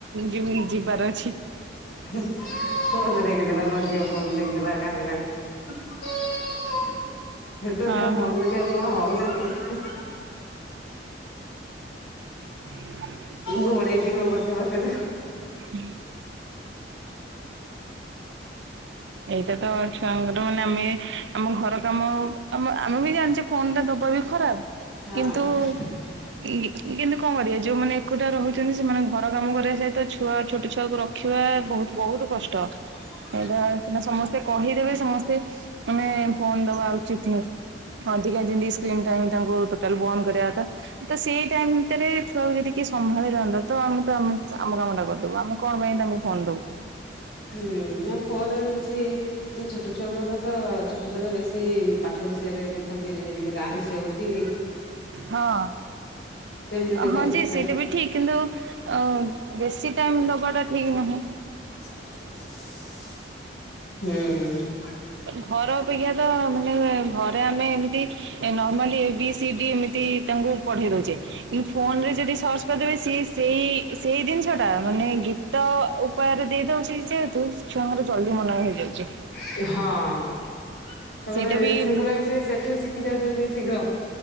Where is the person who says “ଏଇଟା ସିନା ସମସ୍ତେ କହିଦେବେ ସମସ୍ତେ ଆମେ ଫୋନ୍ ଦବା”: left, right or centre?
Right